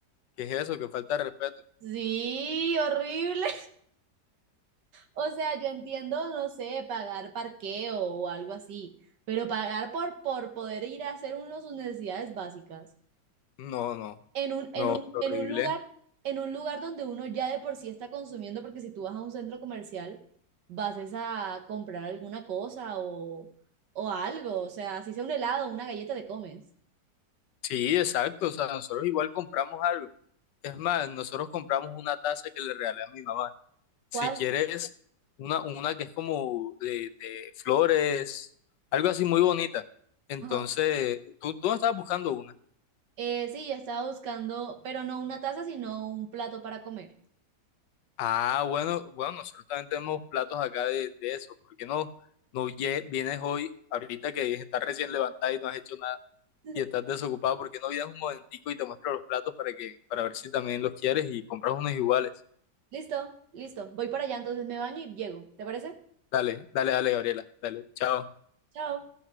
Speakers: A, on the left (about 85°); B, on the right (about 80°).
A: ¿qué es eso? que falta de respeto.
B: Sí, horrible. O sea, yo entiendo, no sé, pagar parqueo o algo así, pero pagar por, por poder ir a hacer uno sus necesidades básicas
A: No, no,
B: en un,
A: no,
B: en un,
A: horrible.
B: en un lugar, en un lugar donde uno ya de por sí está consumiendo, porque si tú vas a un centro comercial, vas es a comprar alguna cosa o, o algo, o sea, si sea un helado, una galleta te comes.
A: Sí, exacto, o sea, nosotros igual compramos algo. Es más, nosotros compramos una taza que le regalé a mi mamá. Si
B: ¿Cuál?
A: quieres, una, una que es como de, de flores, algo así muy bonita. Entonces,
B: Ajá.
A: tú, tú no estabas buscando una.
B: Eh, sí, ya estaba buscando, pero no una taza, sino un plato para comer.
A: Ah, bueno, bueno, nosotros también tenemos platos acá de, de eso. ¿Por qué no, no lle- vienes hoy, ahorita que estás recién levantada y no has hecho nada?
B: <laughs>
A: y estás desocupado, porque no vienes un momentico y te muestro los platos para que, para ver si también los quieres y compras unos iguales?
B: Listo, listo. Voy para allá, entonces me baño y llego. ¿Te parece?
A: Dale, dale, dale, Gabriela, dale, chao.
B: Chao.